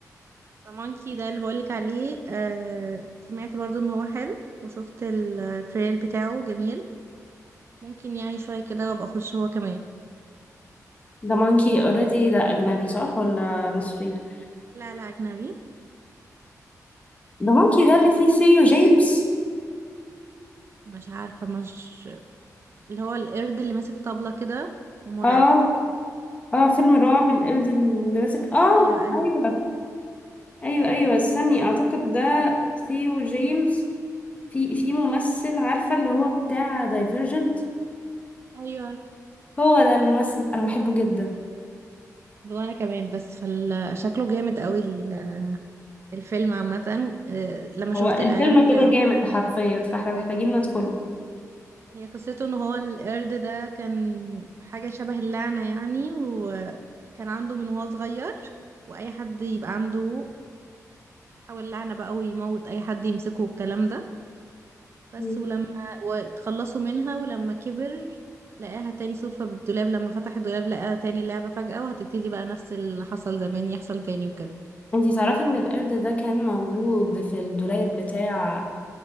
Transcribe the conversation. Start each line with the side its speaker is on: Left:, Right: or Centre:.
Right: زمانكي ده اللي بقولك عليه آه سمعت برضو ان هو حلو وشفت التريل بتاعه جميل ممكن يعني شويه كده وابقى اخش هو كمان
Left: ده مونكي اوريدي ده اجنبي صح ولا مصري
Right: لا لا اجنبي
Left: ده مونكي ده اللي فيه سيو جيمس
Right: مش عارفه مش اللي هو القرد اللي ماسك طبلة كده ومرعب
Left: اه اه فيلم رعب القرد اللي ماسك اه
Right: ايوه ايوه
Left: ايوه ايوه ايوه استني اعتقد ده ثيو جيمس في في ممثل عارفة اللي هو بتاع دايفرجنت
Right: ايوه
Left: هو ده الممثل انا بحبه جدا
Right: وانا كمان بس فشكله جامد قوي ال- الفيلم عامة آه، لما شفت
Left: هو الفيلم
Right: الإعلان بتاعه
Left: كده جامد حرفيا فاحنا محتاجين ندخله
Right: هي قصته ان هو القرد ده كان حاجة شبه اللعنة يعني وكان عنده من وهو صغير واي حد يبقى عنده يحاول لعنة بقى ويموت اي حد يمسكه والكلام ده بس
Left: مم.
Right: ولما واتخلصوا منها ولما كبر لقاها تاني صدفة بالدولاب لما فتح الدولاب لقاها تاني اللعبة فجأة وهتبتدي بقى نفس اللي حصل زمان يحصل تاني وكده
Left: انتي تعرفي ان القرد ده كان موجود في الدولاب بتاع